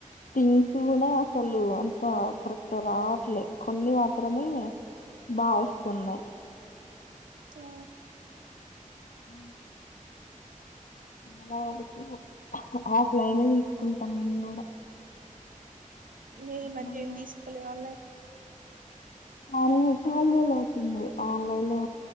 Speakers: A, on the left; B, on the right.
A: జీన్స్ కూడా అసలు అంత కరెక్ట్ రావట్లేదు కొన్ని మాత్రమే బా వస్తున్నాయి
B: అ
A: ఉ అలా వరకు ఆఫ్లైన్ తీసుకుంటాం మేము కూడా
B: మీ ఈ
A: ఎప్పుడన్నా
B: మధ్య ఏం తీసుకోలేదా
A: ఆన్ల సాలరీలు అవుతుంది ఆన్లైన్ లో